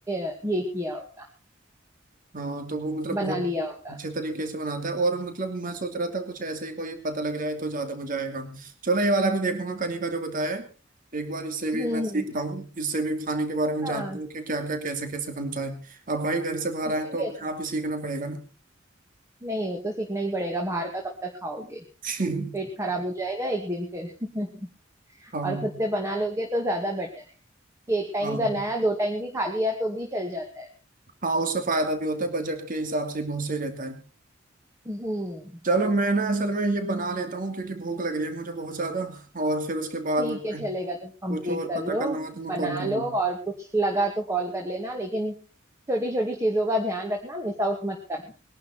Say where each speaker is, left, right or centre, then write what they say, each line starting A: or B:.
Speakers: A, on the right; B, on the right.
A: अ, ये किया होगा
B: हाँ तो वो मतलब
A: बना
B: बहुत
A: लिया होगा
B: अच्छे तरीके से बनाता है और मतलब मैं सोच रहा था कुछ ऐसे ही कोई पता लग जाए तो ज्यादा मजा आएगा चलो ये वाला भी देखूंगा कनी का जो बताया है एक बार इससे भी
A: हम्म
B: मैं सीखता
A: हम्म
B: हूँ इससे भी खाने के बारे में
A: हाँ
B: जानता हूँ कि क्या क्या कैसे कैसे बनता है अब भाई घर से बाहर
A: उसने
B: आए तो
A: भी
B: अपने
A: अच्छे
B: आप ही सीखना पड़ेगा ना
A: नहीं वो तो सीखना ही पड़ेगा बाहर का कब तक खाओगे
B: <laughs>
A: पेट खराब हो जाएगा एक दिन फिर <laughs>
B: हाँ
A: और खुद से बना लोगे तो ज्यादा बेटर कि एक टाइम
B: हाँ
A: बनाया दो टाइम भी खा लिया तो भी चल जाता है
B: हाँ उससे फायदा भी होता है बजट के हिसाब से बहुत सही रहता है
A: हम्म
B: चलो मैं ना असल में ये बना लेता हूँ क्योंकि भूख लग रही है मुझे बहुत ज्यादा और फिर उसके बाद
A: ठीक
B: में मैं
A: है चलेगा तुम कंप्लीट
B: कुछ और
A: कर
B: पता
A: लो
B: करना होगा तो मैं
A: बना
B: कॉल करूंगा
A: लो और कुछ लगा तो कॉल कर लेना लेकिन छोटी छोटी चीजों का ध्यान रखना मिस आउट मत करना